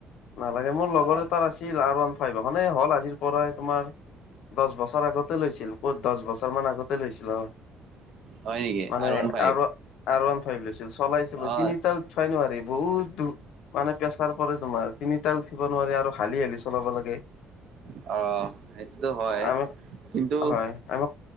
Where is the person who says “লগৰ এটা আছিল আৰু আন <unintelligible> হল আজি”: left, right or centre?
Left